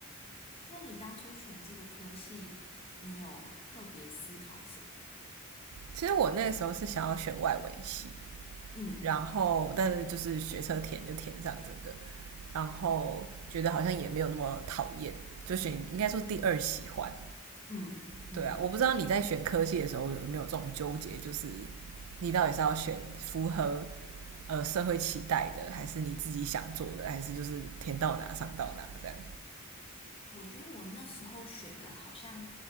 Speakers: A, on the left; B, on the right.
A: 那你当初选这个科系，你有特别思考什么？
B: 其实我那时候是想要选外文系，
A: 嗯
B: 然后但是就是学车填就填上这个，然后觉得好像也没有那么讨厌，就选应该说第二喜欢。
A: 嗯嗯。
B: 对啊，我不知道你在选科系的时候有没有这种纠结，就是你到底是要选符合呃社会期待的，还是你自己想做的，还是就是填到哪上到哪这样？
A: 我觉得我那时候选的好像，